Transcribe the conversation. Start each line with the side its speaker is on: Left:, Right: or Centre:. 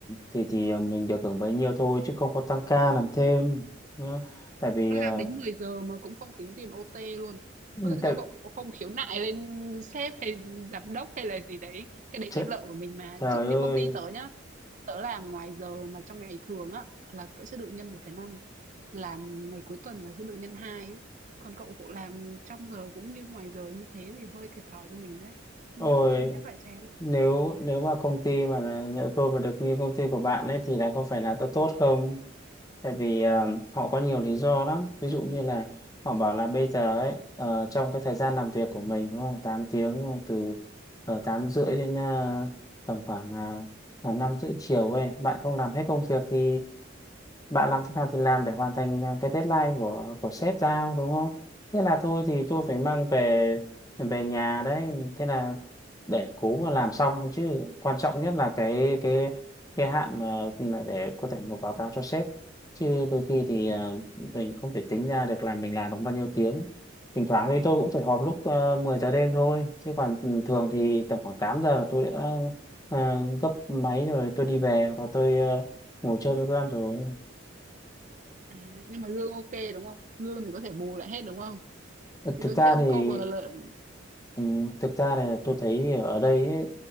Left: thì thì ờ, mình được hưởng bấy nhiêu thôi chứ không có tăng ca làm thêm nhá. Tại vì
Right: Tôi
Left: ờ,
Right: làm đến 10 giờ mà cũng không tính tiền OT luôn.
Left: ừ,
Right: Có tại
Left: tại,
Right: sao cậu không khiếu nại lên sếp hay giám đốc hay là gì đấy? Cái đấy
Left: trời,
Right: quyền lợi của mình mà.
Left: trời
Right: Ví dụ như
Left: ơi,
Right: công ty tớ nhá, tớ làm ngoài giờ mà trong ngày thường á là tớ sẽ được nhân một phẩy năm làm ngày cuối tuần là sẽ được nhân 2 ấy. Còn cậu cậu làm trong giờ cũng như ngoài giờ như thế thì hơi thiệt thòi cho mình đấy. Ừ,
Left: ôi
Right: Cậu cân nhắc lại xem.
Left: nếu nếu mà công ty mà là nhỡ tôi mà được như công ty của bạn ấy thì lại có phải là tốt tốt không? tại vì ờ, họ có nhiều lý do lắm ví dụ như là họ bảo là bây giờ ấy ờ, trong cái thời gian làm việc của mình đúng không 8 tiếng đúng không từ ở 8 rưỡi đến ờ, tầm khoảng uh, 5 rưỡi chiều ấy bạn không làm hết công việc thì bạn làm thế nào thì làm để hoàn thành ờ, cái deadline của của sếp giao đúng không thế là thôi thì tôi phải mang về về nhà đấy thế là để cố mà làm xong thôi chứ quan trọng nhất là cái cái cái hạn mà ừ, mà để có thể nộp báo cáo cho sếp chứ đôi khi thì ờ, mình không thể tính ra được là mình làm được bao nhiêu tiếng thỉnh thoảng thì tôi cũng phải họp lúc ờ, 10 giờ đêm thôi chứ còn ừ, thường thì tầm khoảng 8 giờ tôi đã ờ, gấp máy rồi tôi đi về và tôi ờ, ngồi chơi với con rồi
Right: À, nhưng mà lương OK, đúng không? Lương thì có thể bù lại hết, đúng không?
Left: Ờ,
Right: Thì
Left: thực
Right: tôi
Left: ra
Right: nghĩ là ông
Left: thì
Right: cover lợi
Left: Ừ, thực ra là tôi thấy ở đây ấy,